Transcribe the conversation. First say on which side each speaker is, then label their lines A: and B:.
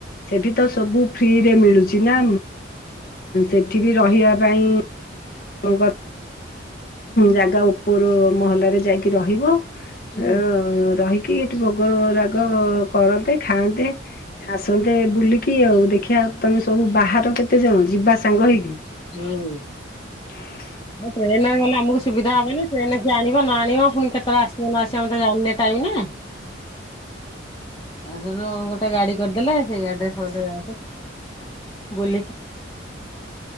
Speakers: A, on the left (about 45°); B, on the left (about 20°).
A: ସେଠି ତ ସବୁ ଫ୍ରିରେ ମିଳୁଛି ନା, ସେଠି ବି ରହିବା ପାଇଁ ଙ୍କ ଜାଗା ଉପରୁ ମହଲରେ ଯାଇକି ରହିବ।
B: ହୁଁ
A: ହ ରହିକି ଏଠି ଭୋଗ ରାଗ କରନ୍ତେ, ଖାଆନ୍ତେ। ଆସନ୍ତେ ବୁଲିକି ଆଉ ଦେଖିଆ ତମେ ସବୁ ବାହାର କେତେ ଜଣ, ଯିବା ସାଙ୍ଗ ହେଇକି।
B: ହୁଁ ଉ
A: <inaudible>
B: ହ ଟ୍ରେନରେ ଗଲେ ଆମକୁ ସୁବିଧା ହବନି, ଟ୍ରେନ କିଏ ଆଣିବ ନ ଆଣିବ, ପୁଣି କେତେବେଳେ ଆସିବ ନ ଆସିବ, ଆମ ତ ଜାଣିନେ ଟାଇମ ନା
A: <inaudible>
B: ଆଉ ସେଠୁ ଗୋଟେ ଗାଡି କରିଦେଲେ, ସେଇ ଗାଡିରେ ସମସ୍ତେ ଯାଆନ୍ତେ। ବୋଲେ